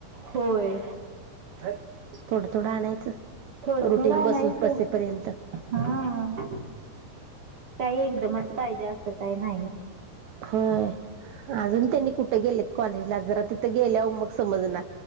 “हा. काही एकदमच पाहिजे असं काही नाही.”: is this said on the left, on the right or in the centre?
Right